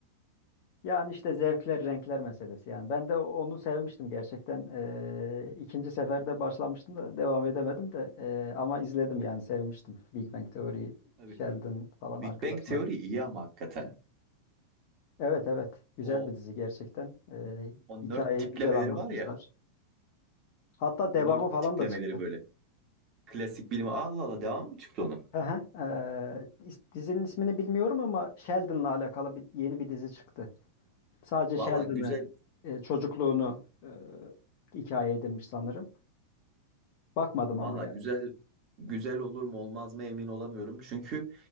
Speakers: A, on the left (about 45°); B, on the right (about 35°).
A: Yani işte zevkler, renkler meselesi yani. Ben de onu sevmiştim gerçekten. Ee, ikinci seferde başlamıştım da devam edemedim de ee, ama izledim yani sevmiştim. Big Bang Theory,
B: Tabii.
A: Sheldon falan
B: Big
A: arkadaşlar.
B: Bang teori iyi ama hakikaten.
A: Evet evet güzel
B: O
A: bir dizi gerçekten. Ee,
B: o
A: hikayeyi
B: nerd tiplemeleri
A: güzel anlatmışlar.
B: var ya.
A: Hatta devamı
B: Nerd
A: falan
B: tiplemeleri
A: da çıktı.
B: böyle. Klasik bilim. Allah Allah devam mı çıktı onun?
A: Hı hı. Ee, is- dizinin ismini bilmiyorum ama Sheldon'la alakalı bir, yeni bir dizi çıktı. Sadece
B: Valla
A: Sheldon'ı,
B: güzel,
A: e, çocukluğunu e, hikaye edinmiş sanırım. Bakmadım
B: valla
A: ama yani.
B: güzel güzel olur mu olmaz mı emin olamıyorum. Çünkü